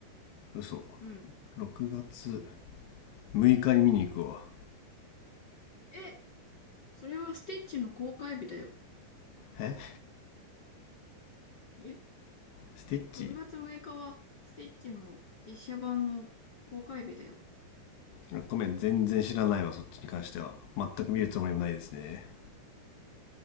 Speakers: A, on the left; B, on the left.
A: 嘘
B: うん。
A: 6月6日に見に行くわ
B: え、それはスティッチの公開日だよ。
A: え
B: え、
A: スティッチ
B: 6月6日はスティッチの実写版の公開日だよ。
A: あごめん全然知らないわそっちに関しては全く見るつもりもないですね
B: うん